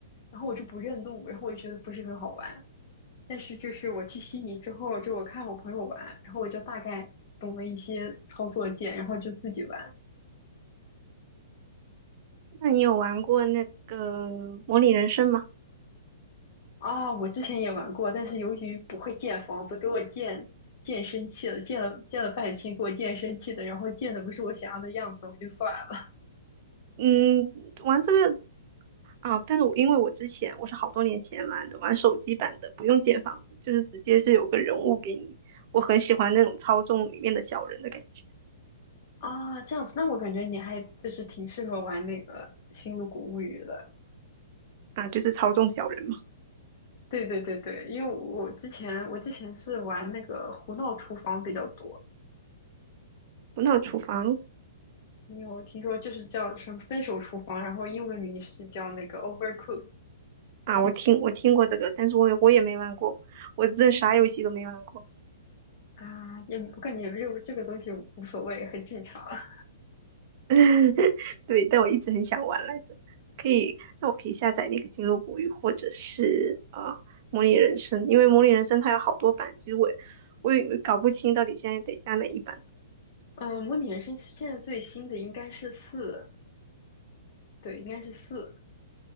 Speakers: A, on the left (about 50°); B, on the right (about 45°).
A: 然后我就不认路，然后我就觉得不是很好玩，但是就是我去悉尼之后，就我看我朋友玩，然后我就大概懂了一些操作键，然后就自己玩。
B: 那你有玩过那个《模拟人生》吗？
A: 啊，我之前也玩过，但是由于不会建房子，给我建建生气了，建了建了半天，给我建生气的，然后建的不是我想要的样子，我就算了。
B: 嗯，玩这个啊，但是我因为我之前我是好多年前玩的，玩手机版的，不用建房子，就是直接是有个人物给你，我很喜欢那种操纵里面的小人的感觉。
A: 啊，这样子，那我感觉你还就是挺适合玩那个《星露谷物语》的。
B: 啊，就是操纵小人嘛。
A: 对对对对，因为我之前我之前是玩那个胡闹厨房比较多，
B: 不闹厨房
A: 你有听说就是叫什么“分手厨房”，然后英文名是叫那个 “Overcook”
B: 啊，我听我听过这个，但是我也我也没玩过，我真的啥游戏都没玩过。
A: 啊？也我感觉这个这个东西无所谓，很正常。<laughs>
B: <laughs> 对，但我一直很想玩来着。可以，那我可以下载那个《星露谷雨》或者是啊、呃模拟人生》，因为模拟人生它有好多版，其实我也我也搞不清到底现在得下哪一版。
A: 嗯，模拟人生现在最新的应该是四，对，应该是四，